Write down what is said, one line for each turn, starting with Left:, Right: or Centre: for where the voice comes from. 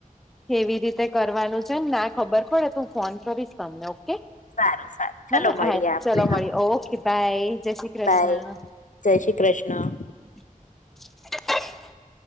Centre: કેવી રીતે કરવાનું છે ને ના ખબર પડે તો હું ફોન કરીશ તમને ઓકે
Left: સારું સારું ચલો
Centre: હેના
Left: મળીએ
Centre: હા
Left: આપણે
Centre: ચલો
Left: હા
Centre: મળી ઓકે બાય જય શ્રી કૃષ્ણ
Left: બાય જય શ્રી કૃષ્ણ
Centre: <inaudible>